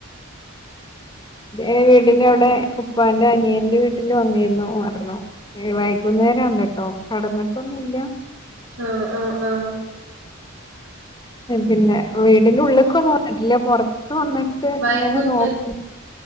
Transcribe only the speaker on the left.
എ വീടിന്റെ അവിടെ ഉപ്പാന്റെ അനിയന്റെ വീട്ടിൽ വന്നിരുന്നു ഒർണ്ണോ വൈകുന്നേരംണട്ടോ കടന്നിട്ടൊന്നുംല്ല
പിന്നെ വീടിന്റെ ഉള്ളേക്ക ഒന്നാ വന്നാട്ടില്ല്യ പോർത് ത്ത് വന്നിട്ട്
ഇങ്ങനെ നോക്കി